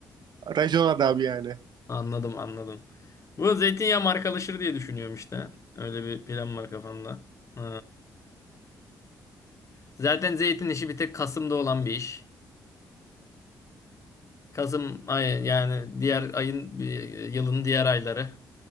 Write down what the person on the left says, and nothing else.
Anladım anladım. Bu zeytinyağı markalaşır diye düşünüyorum işte. Öyle bir plan var kafamda. Ee, zaten zeytin işi bir tek Kasım'da olan bir iş. Kasım ayı yani diğer ayın bir- yılın diğer ayları.